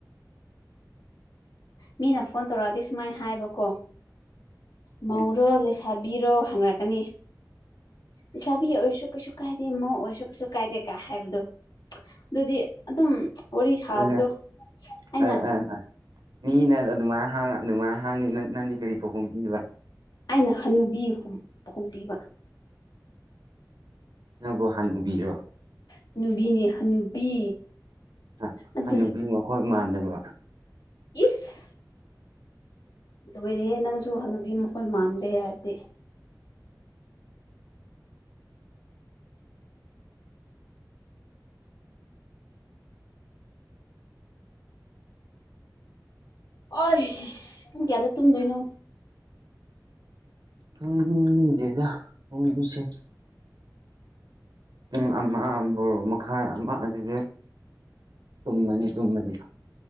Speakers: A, on the left (about 65°); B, on the right (about 70°).
A: ꯃꯤꯅ ꯐꯣꯟ ꯇꯧꯔꯛꯑꯗꯤ ꯁꯨꯃꯥꯏꯅ ꯍꯥꯏꯕꯀꯣ ꯃꯧꯔꯣ
B: ꯎꯝ
A: ꯂꯩꯁꯥ ꯊꯥꯕꯤꯔꯣ ꯍꯪꯔꯛꯀꯅꯤ ꯂꯩꯁꯥꯕꯤ ꯑꯣꯏꯔꯁꯨ ꯀꯩꯁꯨ ꯀꯥꯏꯗꯦ ꯃꯧ ꯑꯣꯏꯔꯁꯨ ꯀꯩꯁꯨ ꯀꯥꯏꯗꯦ ꯀꯥ ꯍꯥꯏꯕꯗꯨ ꯑꯗꯨꯗꯤ ꯑꯗꯨꯝ ꯋꯥꯔꯤ ꯁꯥꯕꯗꯣ
B: ꯑꯗꯨꯅ
A: ꯑꯩꯅ
B: ꯑ ꯑ ꯃꯤꯅ ꯑꯗꯨꯃꯥꯏꯅ ꯍꯥꯡ ꯑꯗꯨꯃꯥꯏꯅ ꯍꯥꯡꯉꯤ ꯅꯪꯗꯤ ꯀꯔꯤ ꯄꯥꯎꯈꯨꯝ ꯄꯤꯕ
A: ꯑꯩꯅ ꯍꯅꯨꯕꯤ ꯐꯣꯡꯗꯤꯕ
B: ꯅꯪꯕꯨ ꯍꯥꯟꯅꯨꯕꯤꯔꯣ
A: ꯍꯅꯨꯕꯤꯅꯦ ꯍꯅꯨꯕꯤ
B: ꯑ
A: ꯑꯗꯨ
B: ꯍꯅꯨꯕꯤ ꯃꯈꯣꯟ ꯃꯥꯟꯗꯕ
A: ꯏꯁ ꯂꯣꯏꯔꯦꯍꯦ ꯅꯪꯁꯨ ꯍꯥꯅꯨꯕꯤ ꯃꯈꯣꯟ ꯃꯥꯟꯗꯦ ꯍꯥꯏꯕꯗꯤ ꯑꯣ ꯏꯁ ꯄꯨꯡ ꯀꯌꯥꯗ ꯇꯨꯝꯗꯣꯏꯅꯣ
B: ꯈꯪꯗꯦꯗ ꯄꯨꯡꯁꯤ ꯄꯨꯡ ꯑꯃꯥ ꯕꯥꯔꯣ ꯃꯈꯥꯏ ꯑꯃꯥ ꯑꯗꯨꯗꯤ ꯇꯨꯝꯃꯅꯤ ꯇꯨꯝꯕꯗꯤ